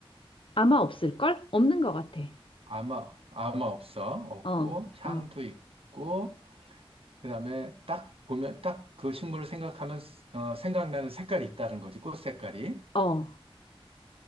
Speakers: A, on the left (about 60°); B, on the right (about 70°).
A: 아마 없을걸? 없는 것 같아.
B: 아마 아마 없어 없고
A: 어,
B: 향도
A: 어,
B: 있고 그다음에 딱 보면 딱 그 식물을 생각하면 어, 생각나는 색깔이 있다는 거지 꽃 색깔이
A: 어.